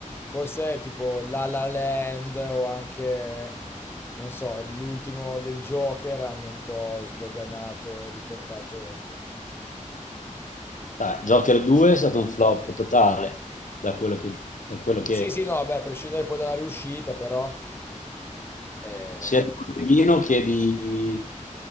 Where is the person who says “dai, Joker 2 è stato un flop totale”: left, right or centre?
Left